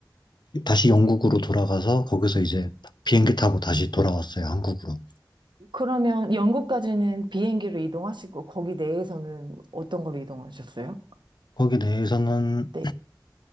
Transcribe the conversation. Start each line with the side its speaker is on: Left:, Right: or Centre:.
Left: 다시 영국으로 돌아가서 거기서 이제 비행기 타고 다시 돌아왔어요, 한국으로.
Right: 그러면 영국까지는 비행기로 이동하시고, 거기 내에서는 어떤 걸로 이동하셨어요?
Left: 거기 내에서는
Right: 네.